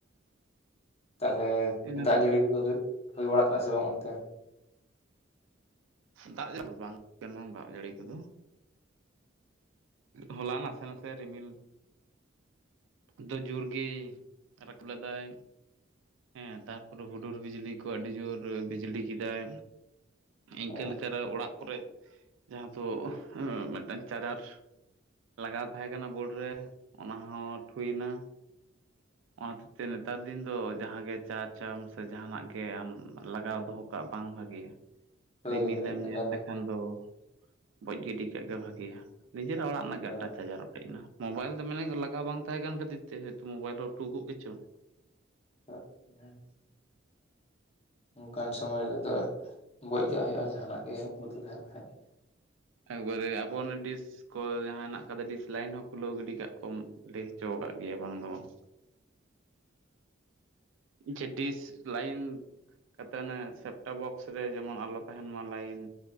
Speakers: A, on the left; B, on the right.
A: ᱛᱟᱦᱚᱞᱮ
B: ᱤᱱᱟᱹ
A: ᱫᱟᱜ ᱡᱟᱹᱲᱤ ᱠᱚᱫᱚ ᱦᱩᱭᱩᱜ ᱦᱩᱭ ᱵᱟᱲᱟᱜ ᱠᱟᱱᱟ ᱥᱮ ᱵᱟᱝ ᱚᱱᱛᱮ?
B: ᱫᱟᱜ <unintelligible> ᱵᱟᱝ <unintelligible> ᱫᱟᱜ ᱡᱟᱹᱲᱤ ᱠᱚᱫᱚ᱾ ᱦᱚᱞᱟ ᱱᱟᱥᱮ ᱱᱟᱥᱮ ᱨᱤᱢᱤᱞ ᱫᱚ ᱡᱳᱨ ᱜᱮᱭ ᱨᱟᱠᱩ ᱞᱮᱫᱟᱭ᱾ ᱦᱮᱸ ᱛᱟᱨᱯᱚᱨᱮ ᱦᱩᱰᱩᱨ ᱵᱤᱡᱽᱞᱤ ᱠᱚ ᱟᱹᱰᱤ ᱡᱳᱨ ᱵᱤᱡᱽᱞᱤ ᱠᱮᱫᱟᱭ᱾ ᱤᱱᱠᱟᱹ
A: ᱚ
B: ᱞᱮᱠᱟᱨᱮ ᱚᱲᱟᱜ ᱠᱚᱨᱮᱜ, ᱡᱟᱦᱟᱸ ᱫᱚ ᱢᱤᱫᱴᱟᱝ ᱪᱟᱜᱟᱨ ᱞᱟᱜᱟᱣ ᱛᱟᱦᱮᱸ ᱠᱟᱱᱟ ᱵᱳᱲ ᱨᱮ, ᱚᱱᱟ ᱦᱚᱸ ᱴᱷᱩᱭᱮᱱᱟ᱾ ᱚᱱᱟ ᱛᱮᱡ ᱛᱮ ᱱᱮᱛᱟᱨ ᱫᱤᱱ ᱫᱚ ᱡᱟᱦᱟᱸᱜᱮ ᱪᱟᱨᱡᱽ ᱪᱟᱢ ᱥᱮ ᱡᱟᱦᱟᱸᱱᱟᱜ ᱜᱮ ᱟᱢ ᱞᱟᱜᱟᱣ ᱫᱚᱦᱚ ᱠᱟᱜ ᱵᱟᱝ ᱵᱷᱟᱹᱜᱤᱭᱟ᱾
A: ᱦᱳᱭ
B: ᱨᱤᱢᱤᱞᱮᱢ
A: ᱦᱳᱭ ᱞᱟᱜᱟᱛᱟᱨ
B: ᱧᱮᱞ ᱞᱮᱠᱷᱟᱱ ᱫᱚ ᱵᱚᱡ ᱜᱤᱰᱤ ᱠᱟᱜ ᱜᱮ ᱵᱷᱟᱹᱜᱤᱭᱟ᱾ ᱱᱤᱡᱮᱨᱟᱜ ᱚᱲᱟᱜ ᱨᱮᱱᱟᱜ ᱜᱮ
A: ᱦᱳᱭ
B: <unintelligible> <unintelligible> ᱢᱳᱵᱟᱭᱤᱞ ᱫᱚ ᱢᱟᱮᱱ ᱞᱟᱜᱟᱣ ᱵᱟᱝ ᱛᱟᱦᱮᱸ ᱠᱟᱱ ᱠᱷᱟᱹᱛᱤᱨ ᱛᱮ, ᱦᱚᱭᱛᱚ ᱢᱳᱵᱟᱭᱤᱞ ᱦᱚ ᱴᱷᱩᱠᱚᱜ ᱜᱮᱪᱚᱝ᱾
A: ᱛᱟᱜ ᱱᱟᱭ ᱚᱱᱠᱟᱱ ᱥᱚᱢᱚᱭ ᱨᱮᱫᱚ ᱵᱚᱡ ᱠᱟᱜ ᱦᱩᱭᱩᱜᱼᱟ᱾ ᱡᱟᱦᱟᱸᱱᱟᱜ ᱜᱮ ᱵᱩᱛᱩᱞ ᱛᱟᱦᱮᱱ ᱠᱷᱟᱡ᱾
B: ᱮᱠᱵᱟᱨᱮ ᱟᱵᱚ ᱚᱱᱚ ᱰᱤᱥ ᱠᱚ ᱡᱟᱦᱟᱸ ᱱᱟᱜ ᱠᱟᱛᱮ ᱰᱤᱥ ᱞᱟᱭᱤᱱ ᱦᱚᱸ ᱠᱷᱩᱞᱟᱹᱣ ᱜᱤᱰᱤ ᱠᱟᱜ ᱠᱚᱢ ᱞᱟᱹᱭ ᱦᱚᱪᱚ ᱠᱟᱜ ᱜᱮᱭᱟ ᱵᱟᱝ ᱫᱚ ᱵᱟᱝ ᱡᱮᱰᱤᱥ ᱞᱟᱭᱤᱱ ᱠᱟᱛᱮᱫ ᱚᱱᱮ ᱥᱮᱯᱴᱚᱯ ᱵᱚᱠᱥ ᱨᱮ ᱡᱮᱢᱚᱱ ᱟᱞᱚ ᱛᱟᱦᱮᱱ ᱢᱟ ᱞᱟᱭᱤᱱ᱾